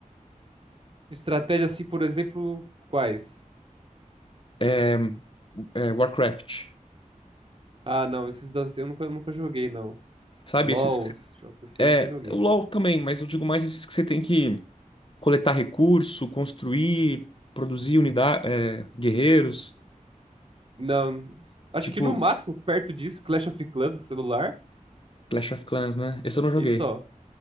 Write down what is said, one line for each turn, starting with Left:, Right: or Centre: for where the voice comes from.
Right: Estratégia assim, por exemplo, quais?
Left: É, é, Warcraft.
Right: Ah, não, esses da eu nunca, nunca joguei, não.
Left: Sabe
Right: LOL,
Left: esses que você
Right: esses jogos assim,
Left: É,
Right: nunca joguei.
Left: o LoL também, mas eu digo mais esses que você tem que coletar recurso, construir, produzir unidade, guerreiros,
Right: Não, acho
Left: tipo
Right: que no máximo, perto disso, Clash of Clans do celular.
Left: Clash of Clans, né? Esse eu não joguei,
Right: E só.